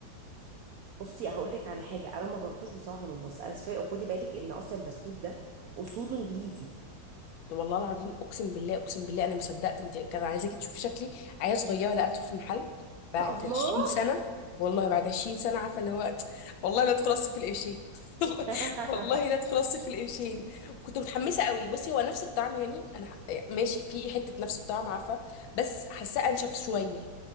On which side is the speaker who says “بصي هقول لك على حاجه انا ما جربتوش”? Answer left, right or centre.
Right